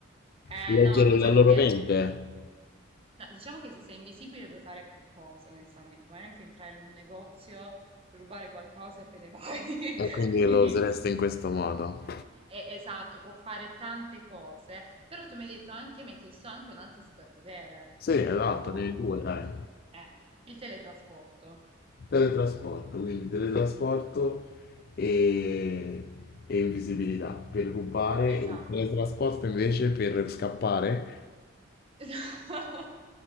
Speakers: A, on the right; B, on the left.
A: Eh,
B: leggere
A: no, diciamo
B: la loro
A: che...
B: mente.
A: No, diciamo che se sei invisibile puoi fare più cose, onestamente. Puoi anche entrare in un negozio, rubare qualcosa e te ne vai.
B: E
A: <laughs>
B: quindi
A: Quindi,
B: lo usereste in questo modo.
A: è- esatto, può fare tante cose. Però tu mi hai detto anche, mi hai chiesto anche un altro superpotere.
B: Sì, esatto,
A: O sbaglio?
B: dei due, dai.
A: Eh, il teletrasporto.
B: Teletrasporto, quindi teletrasporto e, e invisibilità per rubare,
A: Esatto.
B: e il teletrasporto invece per scappare.
A: <laughs>